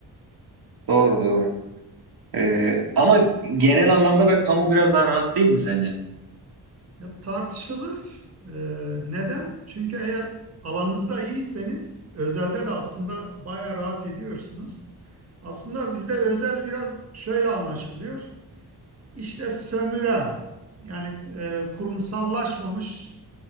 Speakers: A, on the right; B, on the right.
A: doğru doğru. Ee, ama genel anlamda da kamu biraz daha rahat değil mi sence?
B: Ya tartışılır. Ee, neden? Çünkü eğer alanınızda iyiyseniz özelde de aslında bayağı rahat ediyorsunuz. Aslında bizde özel biraz şöyle anlaşılıyor. İşte sömüren yani e, kurumsallaşmamış